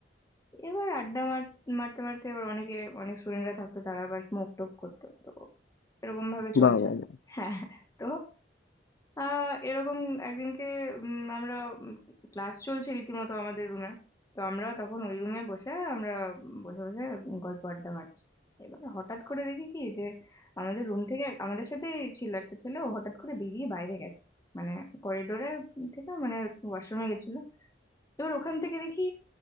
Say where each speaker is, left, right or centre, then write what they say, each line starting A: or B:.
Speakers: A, on the left; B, on the left.
A: এবার আড্ডা মার- মারতে মারতে এবার অনেকে অনেক স্টুডেন্টরা থাকতো তারা আবার স্মোক টোক করতো তো এরকম ভাবে চলছে
B: বাহ বাহ বাহ।
A: হ্যাঁ তো আহ এরকম একদিনকে উম, আমরা ক্লাস চলছে রীতিমতো আমাদের রুমে তো আমরা তখন ওই রুমে বসে আমরা উম, বসে বসে গল্প আড্ডা মারছি এবার হঠাৎ করে দেখি কি যে আমাদের রুম থেকে এক- আমাদের সাথে ছিল একটা ছেলে ও হঠাৎ করে বেরিয়ে বাইরে গেছে মানে করিডোরে থেকে মানে ওয়াশরুমে গেছিল এবার ওখান থেকে দেখি